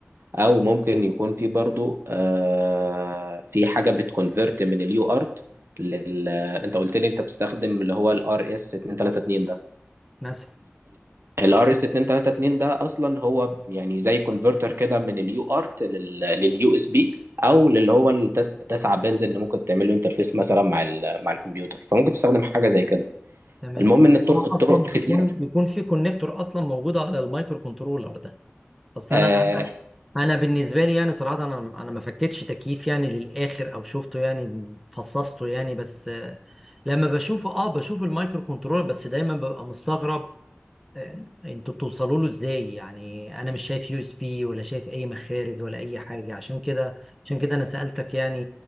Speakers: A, on the right; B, in the centre.
A: او ممكن يكون فيه برضو آه في حاجه بتكونفرت من اليو ارت لل آه، انت قلت لي انت بتستخدم اللي هو الار اس 232 ده
B: ناس
A: الار اس 232 ده اصلا هو يعني زي كونفرتر كده من اليو ارت لليو اس بي او للي هو التس... تسعة بنز اللي ممكن تعمل له انترفيس مثلا مع ال... مع الكمبيوتر فممكن تستخدم حاجه زي كده
B: تمام
A: المهم ان الطرق
B: هو
A: الطرق
B: اصلا
A: كتيره
B: بيكون بيكون في كونكتور اصلا موجود على المايكرو كنترولر ده اصل
A: آه
B: انا انا أنا بالنسبه لي يعني صراحه انا انا ما فكتش تكييف يعني للاخر او شفته يعني فصصته يعني بس آه، لما بشوفه اه بشوف المايكرو كنترولر بس دايما ببقى مستغرب آه، انتوا بتوصلوا له ازاي يعني انا مش شايف يو اس بي ولا شايف اي مخارج ولا اي حاجه عشان كده عشان كده انا سالتك يعني